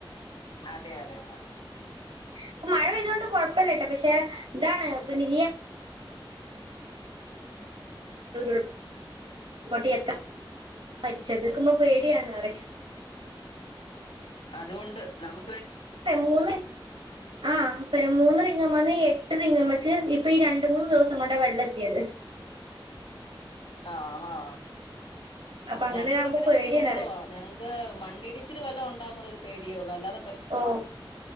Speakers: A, on the left; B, on the right.
A: അതെ അതെ
B: ഇപ്പ മഴ പെയ്തോണ്ട് കൊഴപ്പ ഇല്ലട്ടൊ പക്ഷെ ഇതാണ് പിന്നെ <unintelligible> മരിച്ചെത് ക്ക്മ്പോ പേടിയാണ് പറെയ്
A: അതുകൊണ്ട് നമ്
B: മൂന്ന് ആ പിന്നെ മൂന്ന് ങ്ങമ്മന്ന് എട്ട് റിങ്ങുംമേക്ക് ഇപ്പൊ ഈ രണ്ട് മൂന്ന് ദിവസം കൊണ്ട വെള്ളം എത്തിയത്
A: ആഹ് ആഹ്
B: അപ്പൊ അങ്ങനെ
A: ഞങ്ങക്ക് ഇവിടെ
B: ആകുമ്പോ
A: പിന്നെ
B: പേടിയാണ്
A: കുന്നുംപുറവാ
B: പറയും.
A: ഞങ്ങക്ക് മണ്ണിടിച്ചില് വല്ലോം ഉണ്ടാവോന്നുള്ളരു പേടി ക്കെ ഒള്ളു അല്ലതെ
B: ഓ